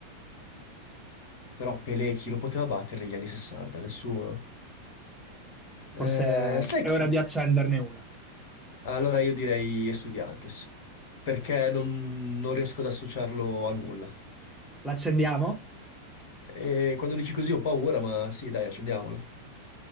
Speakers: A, on the left; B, in the centre.
A: Però Pelé chi lo poteva battere negli anni 60? Nessuno.
B: Forse
A: Eh, sai
B: è
A: chi?
B: ora di accenderne una.
A: Allora io direi Estudiantes, perché non, non riesco ad associarlo a nulla.
B: L'accendiamo?
A: E quando dici così ho paura, ma sì, dai, accendiamola. <laughs>